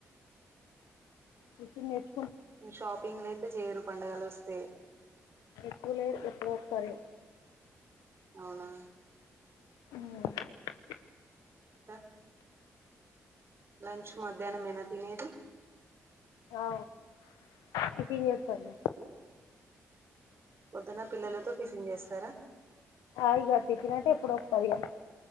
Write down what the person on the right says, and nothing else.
మీ షాపింగ్ లు అయితే చేయరు పండుగలు వస్తే
అవునా
కా లంచ్ మధ్యాహ్నం ఏనా తినేది
పొద్దున పిల్లలతో టిఫెన్ చేస్తారా